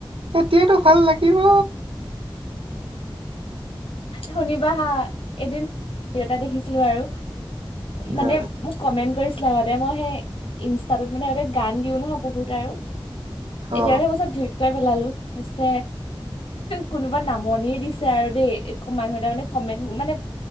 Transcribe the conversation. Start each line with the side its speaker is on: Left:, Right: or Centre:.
Right: এতিয়াতো ভাল লাগিবই।
Left: শুনিবা হা এদিন? দেখিছিলো আৰু মানে
Right: আহ,
Left: মোক কমেন্ট কৰি। লগতে মই সেই ইনস্তাটোত মানে সহতে গান দিও নহয় বহুত আৰু এতিয়া
Right: অ
Left: আৰু এইবোৰ চব ধুপকাই পেলালো দিছে। কোনোবা নামনিৰ দিছে আৰু দেই, এক মানুহ এটা মানে কমেণ্ট, মানে